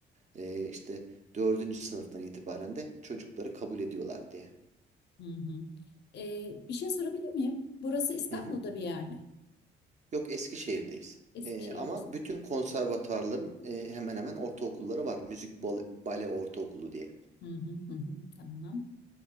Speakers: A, on the right; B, on the left.
A: e, işte dördüncü sınıftan itibaren de çocukları kabul ediyorlar diye.
B: hı hı. Ee, bir şey sorabilir miyim? Burası İstanbul'da
A: Hı hı.
B: bir yer mi?
A: Yok Eskişehir'deyiz.
B: Eskişehir'desiniz.
A: E, ama bütün konservatuarların e, hemen hemen ortaokulları var. Müzik bale, bale ortaokulu diye.
B: Hı hı, hı hı, tamam.